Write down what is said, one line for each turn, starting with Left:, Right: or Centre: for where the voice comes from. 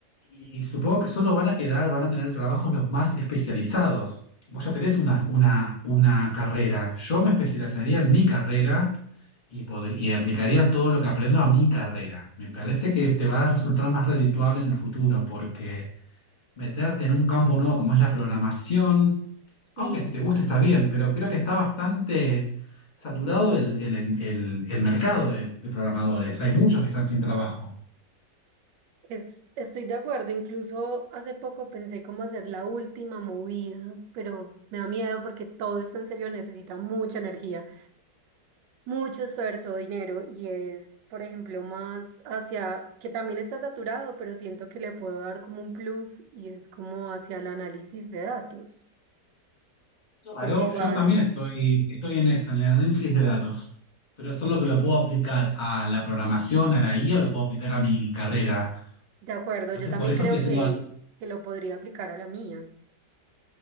Left: Y supongo que solo van a quedar, van a tener trabajos los más especializados. Vos ya tenés una, una, una carrera. Yo me especializaría en mi carrera y, podr- y aplicaría todo lo que aprendo a mi carrera. Me parece que te va a resultar más redituable en el futuro porque meterte en un campo nuevo como es la programación
Right: sí,
Left: aunque si te gusta está bien, pero creo que está bastante saturado el, el- el- el mercado de, de programadores. Hay muchos que están sin trabajo.
Right: es, estoy de acuerdo. Incluso hace poco pensé cómo hacer la última movida, pero me da miedo porque todo esto en serio necesita mucha energía. mucho esfuerzo, dinero y es, por ejemplo, más hacia, que también está saturado, pero siento que le puedo dar como un plus y es como hacia el análisis de datos,
Left: Claro,
Right: porque igual,
Left: yo también estoy, estoy en esa, en el análisis de datos, pero eso es lo que lo puedo aplicar a la programación, a la IA, o lo puedo aplicar a mi carrera.
Right: de acuerdo,
Left: Entonces,
Right: yo también
Left: por eso
Right: creo
Left: estoy haciendo...
Right: que, que lo podría aplicar a la mía.